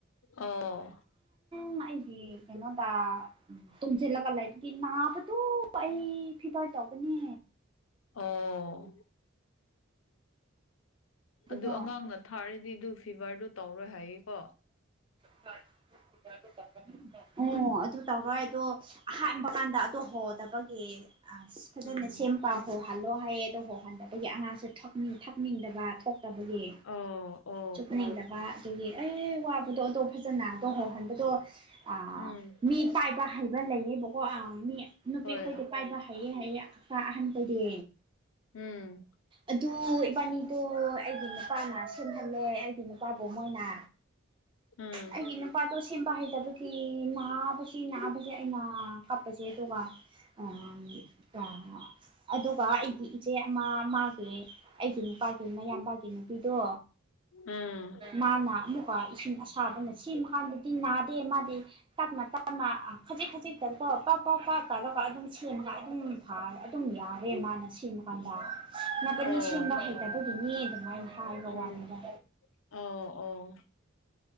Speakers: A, on the left; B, on the right.
A: ꯑꯣ
B: ꯁꯨꯝ ꯑꯩꯒꯤ ꯀꯩꯅꯣꯗ ꯎꯝ ꯇꯨꯝꯖꯤꯜꯂꯒ ꯂꯩꯕꯒꯤ ꯅꯥꯕꯗꯨ ꯑꯩ ꯐꯤꯚꯔ ꯇꯧꯕꯅꯦ
A: ꯑꯣ
B: ꯑꯗꯨꯗꯣ
A: ꯑꯗꯨ ꯑꯉꯥꯡꯅ ꯊꯥꯔꯗꯤꯗꯨ ꯐꯤꯚꯔꯗꯨ ꯇꯧꯔꯣꯏ ꯍꯥꯏꯌꯦꯀꯣ
B: <unintelligible> ꯑꯣ ꯑꯗꯨ ꯇꯧꯔꯣꯏ ꯍꯥꯏꯗꯣ ꯑꯍꯥꯟꯕ ꯀꯥꯟꯗ ꯇꯨ ꯍꯣꯗꯕꯒꯤ ꯑꯁ ꯐꯖꯅ
A: ꯎꯝ
B: ꯁꯦꯝ ꯄꯥ ꯍꯣꯍꯜꯂꯣ ꯍꯥꯏꯌꯦ ꯑꯗꯣ ꯍꯣꯍꯟꯗꯕꯒꯤ ꯑꯉꯥꯡꯁꯦ ꯊꯛꯅꯤꯡ ꯊꯛꯅꯤꯡꯗꯕ ꯊꯣꯛꯇꯕꯒꯤ
A: ꯑꯧ ꯑꯣ
B: ꯆꯨꯞꯅꯤꯡꯗꯕ ꯑꯗꯨꯒꯤ ꯑꯦ ꯋꯥꯕꯗꯣ ꯑꯗꯣ ꯐꯖꯅ ꯑꯗꯣ ꯍꯣꯍꯟꯕꯗꯣ ꯑꯥ
A: ꯎꯝ
B: ꯃꯤ ꯄꯥꯏꯕ ꯍꯩꯕ ꯂꯩꯌꯦꯕꯀꯣ ꯑꯥ ꯃꯤ ꯅꯨꯄꯤ
A: ꯍꯣꯏ
B: ꯑꯩꯈꯣꯏꯗꯤ ꯄꯥꯏꯕ ꯍꯩꯌꯦ ꯍꯥꯏꯌꯦ ꯄꯥ ꯑꯍꯟꯕꯩꯗꯤ
A: ꯎꯝ
B: ꯑꯗꯨ ꯏꯕꯥꯅꯤꯗꯣ ꯑꯩꯒꯤ ꯅꯨꯄꯥꯅ ꯁꯦꯝꯍꯜꯂꯦ ꯑꯩꯒꯤ ꯅꯨꯄꯥꯕꯨ ꯃꯣꯏꯅ
A: ꯎꯝ
B: ꯑꯩꯒꯤ ꯅꯨꯞ ꯄꯥꯗꯣ ꯁꯦꯝꯕ ꯍꯩꯇꯕꯒꯤ ꯅꯥꯕꯁꯤ ꯅꯥꯕꯁꯤ ꯑꯩꯅ ꯀꯞꯄꯁꯦ ꯑꯗꯨꯒ <unintelligible> ꯑꯗꯨꯒ ꯑꯩꯒꯤ ꯏꯆꯦ ꯑꯃ ꯃꯥꯒꯤ ꯑꯩꯒꯤ ꯅꯨꯄꯥꯒꯤ ꯃꯌꯥꯝꯕꯒꯤ ꯅꯨꯄꯤꯗꯣ
A: ꯎꯝ
B: ꯃꯥꯅ ꯑꯃꯨꯛꯀ ꯏꯁꯤꯡ ꯑꯁꯥꯕꯅ ꯁꯤ ꯃꯀꯥꯟꯗꯗꯤ ꯅꯥꯗꯦ ꯃꯥꯗꯤ ꯇꯞꯅ ꯇꯞꯅ ꯈꯖꯤꯛ ꯈꯖꯤꯛꯇꯀꯣ ꯀꯣꯛ ꯀꯣꯛ ꯀꯣꯛ ꯇꯧꯔꯒꯀꯣ ꯑꯗꯨꯝ ꯁꯦꯝꯃꯒ ꯑꯗꯨꯝ ꯐꯔꯦ ꯑꯗꯨꯝ ꯌꯥꯒꯔꯦ ꯃꯥꯅ ꯁꯦꯝꯃꯒ ꯀꯟꯗ ꯅꯄꯅꯤ
A: ꯑꯣ
B: ꯁꯦꯝꯕ ꯍꯩꯇꯕꯒꯤꯅꯤ ꯑꯗꯨꯃꯥꯏꯅ ꯍꯥꯏꯕ
A: ꯎꯝ
B: ꯋꯥꯅꯤꯗ
A: ꯑꯣ ꯑꯣ